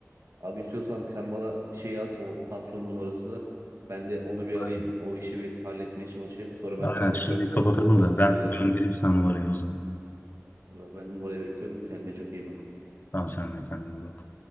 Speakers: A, on the right; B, on the left.
A: Abi istiyorsan sen bana şey at o patronun numarasını. Ben de onu bir arayayım.
B: Aynen.
A: O işi bir halletmeye çalışayım. Sonra ben
B: Aynen.
A: sana tekrar
B: Şimdi
A: olup
B: kapatalım
A: olmadığını
B: da
A: söylerim.
B: ben göndereyim sana numarayı o zaman.
A: Ben numarayı bekliyorum. Kendine çok iyi bak.
B: Tamam sen de kendine iyi bak.